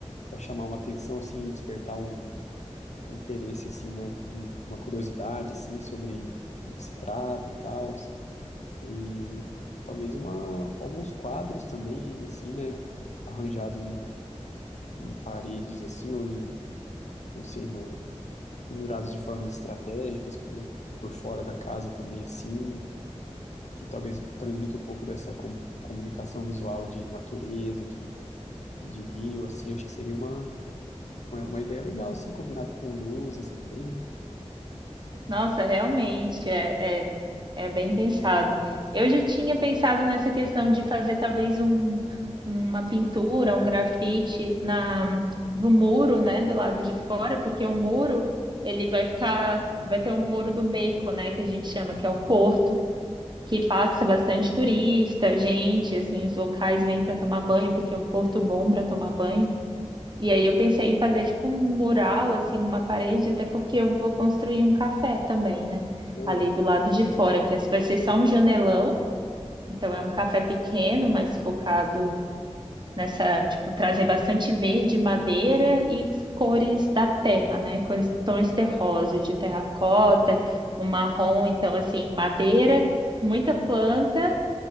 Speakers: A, on the left (about 80°); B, on the right (about 40°).
A: para chamar uma atenção, assim, e despertar um, um interesse, assim, né? um- Uma curiosidade, assim, sobre do que se trata e tal. E talvez uma, alguns quadros também, assim, né? Arranjados em paredes assim, ou em, não sei, no, pendurados de formas estratégicas por, por fora da casa também assim, que talvez transmita um pouco dessa com- comunicação visual de natureza, de, de rio, assim, acho que seria uma, uma, uma ideia legal, assim, combinado com luzes também, né?
B: Nossa, realmente é, é, é bem pensado. Eu já tinha pensado nessa questão de fazer talvez um, uma pintura, um grafite na, no muro, né, do lado de fora, porque o muro ele vai ficar, vai ter o muro do beco, né, que a gente chama, que é o porto, que passa bastante turista, gente, assim, os locais vêm para tomar banho, porque é um porto bom para tomar banho. E aí eu pensei em fazer tipo um mural assim numa parede, até porque eu vou construir um café também, né?
A: Olha,
B: Ali do lado de fora, que esse vai ser só um janelão, então é um café pequeno, mas focado nessa, tipo, trazer bastante verde, madeira e cores da terra, né? Cores tons terrosos, de terracota, um marrom, então assim, madeira, com muita planta,